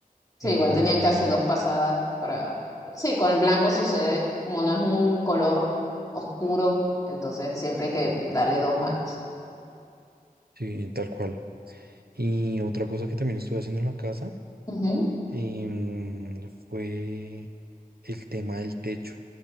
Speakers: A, on the left; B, on the right.
A: Sí,
B: em,
A: igual tenían que hacer dos pasadas para. Sí, con el blanco sucede, como no es un color oscuro, entonces siempre hay que darle dos manos.
B: sí, tal cual. Y otra cosa que también estuve haciendo en la casa
A: Ujú.
B: em, fue el tema del techo,